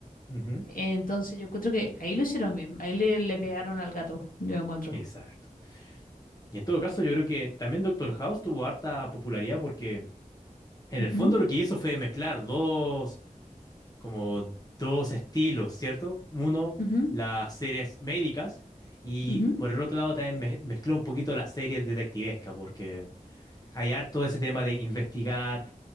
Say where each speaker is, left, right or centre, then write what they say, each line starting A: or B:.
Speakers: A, on the left; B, on the left.
A: Ujú.
B: Entonces yo encuentro que ahí lo hicieron bien, ahí le, le pegaron al gato, yo encuentro.
A: Exacto. Y en todo caso, yo creo que también Doctor House tuvo harta popularidad porque en
B: Ujú,
A: el fondo lo que hizo fue mezclar dos como dos estilos, ¿cierto? Uno,
B: ujú,
A: las series médicas y
B: ujú.
A: por el otro lado también me- mezcló un poquito las series detectivescas porque hay harto ese tema de investigar,